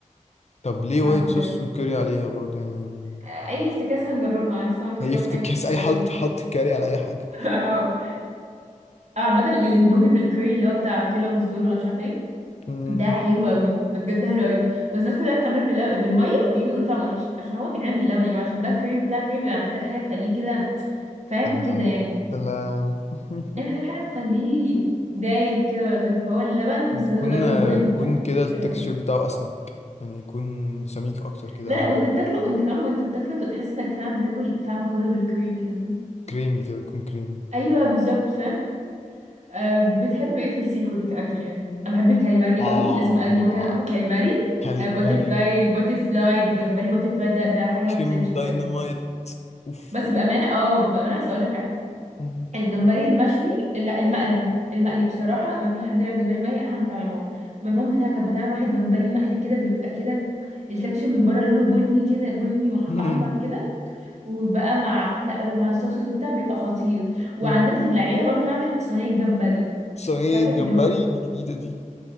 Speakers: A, on the left; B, on the right.
A: طب ليه وايت
B: معرفش ازاي
A: صوص وكاري عليها برضه يعني
B: آه، اي افتكاسة هنجربها انا لسه محتاجة
A: هيفتك
B: اجرب حاجة
A: كاس اي
B: غريبة
A: حد
B: كده
A: حط كاري على اي حاجه
B: <laughs> اه آه، عامة الاندومي بالكوري اللي هو بتاع كيلوجز دول وانا مش عارفه ايه
A: مم.
B: ده حلو قوي ده بجد حلو قوي بس الناس كلها بتعمله باللو... بالميه ويجوا يقولوا طعم وحش عشان هو بيتعمل باللبن يا جماعه عشان ده كوري بتاع كوري بيبقى محتاج حاجه تخليه كده فاهم
A: سلام
B: كده يعني
A: سلام <laughs>
B: يعني محتاج حاجه تخليه دايب كده ولا تبقى فهو اللبن بس
A: بتكون
B: هو لبن بويلد
A: يكون
B: وبتاع
A: كده التكستشر
B: حلو قوي
A: بتاعه اسمك يعني يكون سميك اكتر كده
B: لا
A: او
B: لا وانت بتاكله وانت كمان وانت بتاكله انت تحس انك فاهم بتاكل فاهم مكرونه بالكوري كده
A: كريمي كده بيكون كريمي
B: ايوه بالظبط فاهم أه بتحب ايه في السي فود كاكل يعني انا بحب الكاليماري
A: آه
B: قوي لازم اي مكان اروحه كاليماري
A: كاليماري
B: أه باتر فلاي باتر فلاي الجمبري باتر فلاي ده ده حاجه
A: كريم
B: ما حصلتش
A: داينامايت
B: بجد
A: اوف
B: بس بامانه اه بامانه بس اقول لك حاجه
A: <laughs> مم.
B: الجمبري المشوي لا المقلي المقلي بصراحه ما فيش حد يعمل جمبري مقلي احلى من بتاع ماما ماما ماما بتاعها كانت بتعمل واحد جمبري مقلي كده بيبقى كده التكشن من بره لونه بني كده بني مح-
A: مم.
B: احمر كده وبقى مع لا لما الصوصز وبتاع بيبقى خطير وعندنا
A: مم.
B: في العيله برضو نعمل صينيه جمبري
A: صينية
B: مش عارفه
A: جمبري
B: في نوت
A: دي جديدة دي